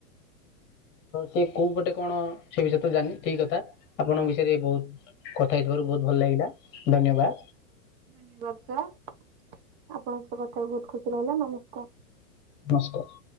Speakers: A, on the left; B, on the right.
A: ସେ କୋଉ ପଟେ କଣ ସେ ବିଷୟରେ ତ ଜାଣିନି ଠିକ କଥା ଆପଣଙ୍କ ବିଷୟରେ ବହୁତ କଥା ହେଇଥିବାରୁ ବହୁତ ଭଲ ଲାଗିଲା ଧନ୍ୟବାଦ।
B: ଧନ୍ୟବାଦ ସାର୍ ଆପଣଙ୍କ ସହ କଥା ହେଇକି ବହୁତ ଖୁସି ଲାଗିଲା ନମସ୍କାର।
A: ନମସ୍କାର।